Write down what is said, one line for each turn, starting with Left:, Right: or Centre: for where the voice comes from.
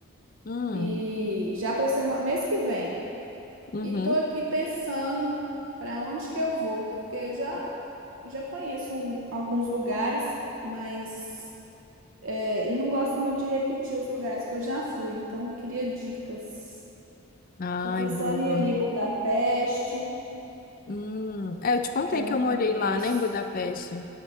Left: Hum,
Right: E já para semana, mês que vem.
Left: uhum.
Right: E tô aqui pensando para onde que eu vou, porque eu já já conheço um- alguns lugares, mas é, e não gosto muito de repetir os lugares que eu já fui, então eu queria dicas.
Left: Ai,
Right: Tô pensando
Left: boa.
Right: em ir ali em Budapeste.
Left: Hum. É, eu te contei
Right: que eu
Left: que
Right: não
Left: eu
Right: conheço.
Left: morei lá, né, em Budapeste.